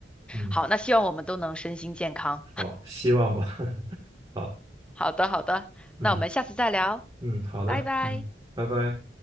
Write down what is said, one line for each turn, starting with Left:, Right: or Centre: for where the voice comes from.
Right: 嗯，
Centre: 好，那希望我们都能身心健康。
Right: 好，希望吧。<laughs> 好，
Centre: <laughs> 好的好的，
Right: 嗯
Centre: 那我们下次再聊，
Right: 嗯，好的，
Centre: 拜拜。
Right: 嗯，拜拜。